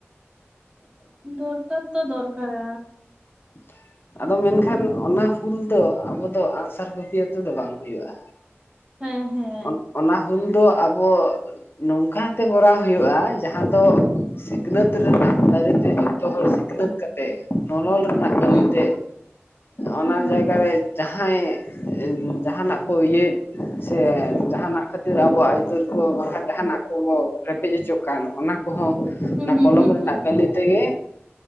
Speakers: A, on the right; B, on the left.
A: ᱫᱚᱨᱠᱟᱨ ᱛᱚ ᱫᱚᱨᱠᱟᱨᱟ
B: <unintelligible> ᱟᱫᱚ ᱢᱮᱱᱠᱷᱟᱱ ᱚᱱᱟ ᱦᱩᱞ ᱫᱚ ᱟᱵᱚ ᱫᱚ ᱟᱸᱜᱥᱟᱨ ᱠᱟᱹᱯᱤᱭᱟᱹᱛᱮ ᱫᱚ ᱵᱟᱝ ᱦᱩᱭᱩᱜᱼᱟ᱾
A: ᱦᱮᱸ ᱦᱮᱸ
B: ᱚᱱ ᱚᱱᱟ ᱦᱩᱞ ᱫᱚ ᱟᱵᱚ ᱱᱚᱝᱠᱟᱛᱮ ᱠᱚᱨᱟᱣ ᱦᱩᱭᱩᱜᱼᱟ᱾ ᱡᱟᱦᱟᱸ ᱫᱚ ᱥᱤᱠᱷᱱᱟᱹᱛ ᱨᱮᱱᱟᱜ ᱫᱟᱨᱮᱛᱮ ᱡᱚᱛᱚ ᱦᱚᱲ ᱥᱤᱠᱷᱱᱟᱹᱛ ᱠᱟᱛᱮ ᱱᱚᱱᱚᱞ ᱨᱮᱱᱟᱜ ᱠᱟᱹᱞᱤ
A: ᱦᱩᱸ
B: ᱛᱮ ᱚᱱᱟ
A: ᱦᱩᱸ
B: ᱡᱟᱭᱜᱟ ᱨᱮ ᱡᱟᱦᱟᱸᱭ ᱡᱟᱦᱟᱱᱟᱜ ᱠᱚ ᱤᱭᱟᱹᱮᱫ ᱥᱮ ᱡᱟᱦᱟᱱᱟᱜ ᱠᱷᱟᱹᱛᱤᱨ ᱟᱵᱚᱣᱟᱜ ᱟᱹᱭᱫᱟᱹᱨ ᱠᱚ ᱡᱟᱦᱟᱱᱟᱜ ᱠᱚᱵᱚ ᱨᱮᱯᱮᱡ ᱚᱪᱚᱜ ᱠᱟᱱ ᱚᱱᱟ ᱠᱚ ᱠᱚᱦᱚᱸ
A: ᱦᱩᱸ
B: ᱚᱱᱟ
A: ᱦᱩᱸ
B: ᱠᱚᱞᱚᱢ
A: ᱦᱩᱸ
B: ᱨᱮᱱᱟᱜ
A: ᱦᱩᱸ
B: ᱠᱟᱹᱞᱤ ᱛᱮᱜᱮ